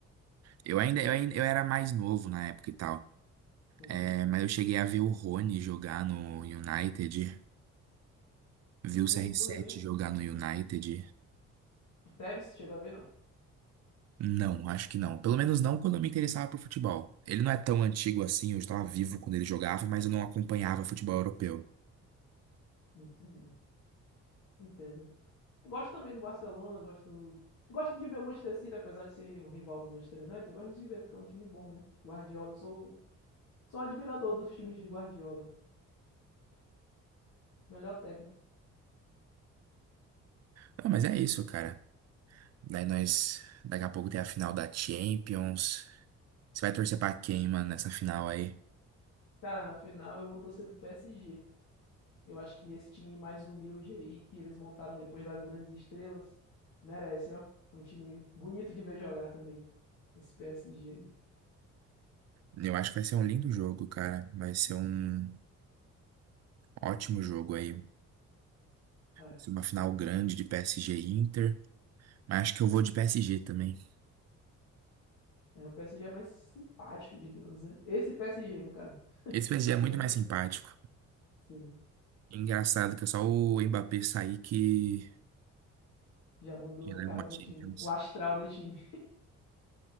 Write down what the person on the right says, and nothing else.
Eu ainda, eu ainda, eu era mais novo na época e tal.
É, mas eu cheguei a ver o Rony jogar no United, vi o
CR7
jogar no United.
Não, acho que não. Pelo menos não quando eu me interessava por futebol. Ele não é tão antigo assim, eu estava vivo quando ele jogava, mas eu não acompanhava futebol europeu.
Ah, mas é isso, cara. Daí nós, daqui a pouco tem a final da Champions. Você vai torcer pra quem, mano, nessa final aí?
Eu acho que vai ser um lindo jogo, cara. Vai ser um. Ótimo jogo aí. Vai
ser Uma final grande de PSG e Inter. Mas acho que eu vou de PSG também.
Esse PSG é muito
mais simpático.
Engraçado que é só o Mbappé sair que
que
leva
uma
Champions.